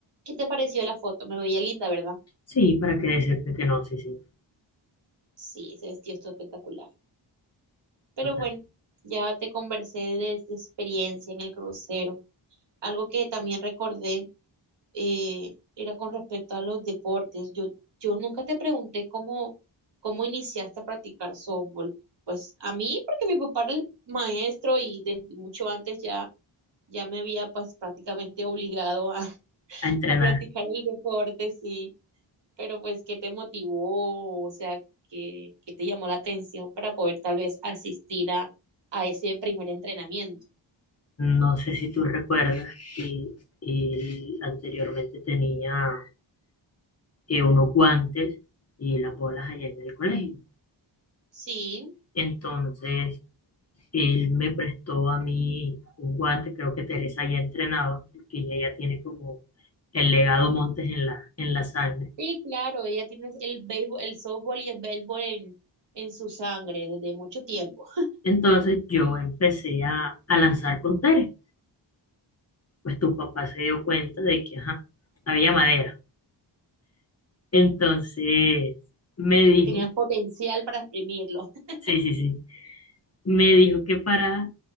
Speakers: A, on the right; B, on the left.
A: ¿Qué te pareció la foto? Me veía linda, ¿verdad?
B: Sí, para qué decirte que no, sí, sí,
A: Sí, ese vestido estuvo espectacular. Pero
B: total.
A: bueno, ya te conversé de esta experiencia en el crucero. Algo que también recordé eh, era con respecto a los deportes. Yo, yo nunca te pregunté cómo, cómo iniciaste a practicar softball. Pues a mí, porque mi papá era el maestro y desde mucho antes ya, ya me había pues prácticamente obligado a, <laughs>
B: A entrenar.
A: a practicar el deporte, sí. pero pues, ¿qué te motivó? O sea, ¿qué, qué te llamó la atención para poder tal vez asistir a, a ese primer entrenamiento?
B: No sé si tú recuerdas que él anteriormente tenía eh, unos guantes y las bolas allá en el colegio.
A: Sí,
B: Entonces, él me prestó a mí un guante, creo que Teresa ya entrenaba, porque ella ya tiene como el legado Montes en la, en la sangre.
A: sí, claro, ella tiene el béisbol, el softball y el béisbol en, en su sangre desde mucho tiempo.
B: Entonces, yo empecé a, a lanzar con Tere. Pues tu papá se dio cuenta de que, ajá, había madera Entonces me
A: Es
B: dijo,
A: que tenías potencial para exprimirlo. <laughs>
B: sí, sí, sí, me dijo que para